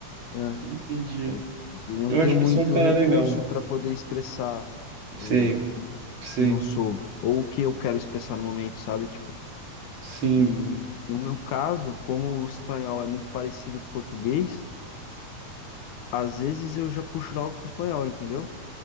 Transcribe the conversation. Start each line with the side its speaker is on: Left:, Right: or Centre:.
Left: né?
Right: Entendi.
Left: É, eu não
Right: Eu
Left: tenho
Right: acho
Left: muito
Right: que eu sou um cara
Left: recurso
Right: legal.
Left: para poder expressar é,
Right: Sei, sei.
Left: quem eu sou ou o que eu quero expressar no momento, sabe? Tipo,
Right: Sim.
Left: e no meu caso, como o espanhol é muito parecido com o português, às vezes eu já puxo algo pro espanhol, entendeu?